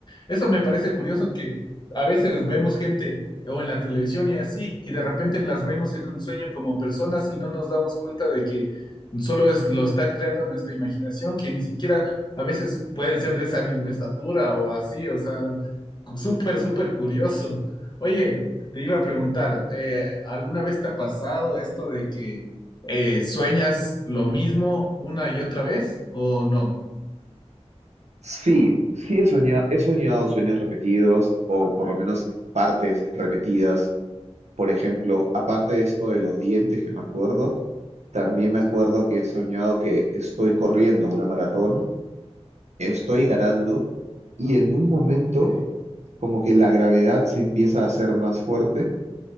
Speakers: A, on the left; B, on the right.
A: eso me parece curioso que a veces vemos gente o en la televisión y así y de repente las vemos en un sueño como personas y no nos damos cuenta de que Solo es, lo está creando nuestra imaginación, que ni siquiera a veces pueden ser de esa misma estatura o así, o sea, cu- súper, súper curioso. Oye, te iba a preguntar, eh, ¿alguna vez te ha pasado esto de que eh, sueñas lo mismo una y otra vez o no?
B: Sí, sí he soñado, he soñado sueños repetidos o por lo menos partes repetidas. Por ejemplo, aparte de esto de los dientes que me acuerdo, también me
A: Sí,
B: acuerdo que he soñado que estoy corriendo una maratón estoy ganando y en un momento
A: qué,
B: como que la gravedad se empieza a hacer más fuerte